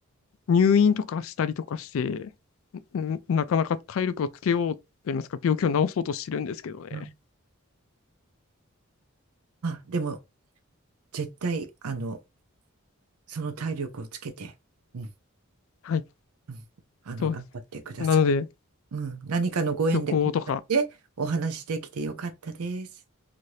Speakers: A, on the left; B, on the right.
A: 入院とかしたりとかして、なかなか体力をつけようと言いますか、病気を治そうとしてるんですけどね。
B: まあ、まあでも、絶対、あの、その体力をつけて、うん、う
A: はい、
B: んあの、
A: そうです
B: 頑張ってください。
A: ね。なので、
B: うん、何かのご縁でこうやってお話しできてよかったです。
A: 旅行とか、